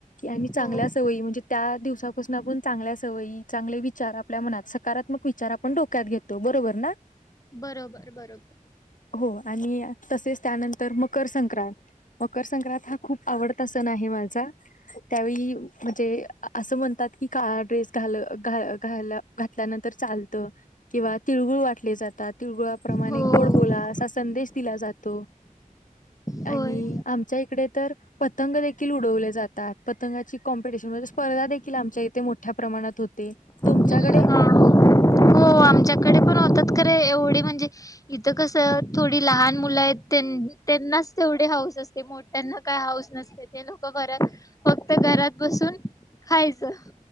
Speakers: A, on the left; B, on the left.
A: आणि चांगल्या
B: हो.
A: स म्हणजे त्या दिवपासून आपण चांगल्या सवयी चांगले विचार आपल्या मनात सकारात्मक विचार आपण डोक्यात घेतो बरोबर ना?
B: बरोबर बरोबर.
A: हो आणि तसेच त्यानंतर तर मकर संक्रांत मकर संक्रांत हा खूप आवड तस नाही माझा, त्यावेळी म्हणजे. असं म्हणतात की काळा ड्रेस घालं घा घाल घातल्यानंतर चालत किंवा तिळगुळ वाटले जातात. तिळगुळाप्रमाणे
B: हो.
A: गोड बोला असा संदेश दिला जातो.
B: होय.
A: आणि आमच्या इकडे तर पतंग देखील उडवले जातात. पतंगाची कॉम्पिटिशन म्हणजे स्पर्धा देखिल आमच्या इथे मोठ्या प्रमाणात होते. तुमच्याकडे?
B: हा हो आमच्याकडे पण होतात. खरं एवढी म्हणजे इथं कसं थोडी लहान मुलं आहेत, त्यांनाच तेवढे हाऊस असते मोठ्यांना काय हाऊस नसते. ते लोक बर फक्त घरात बसून खायचं.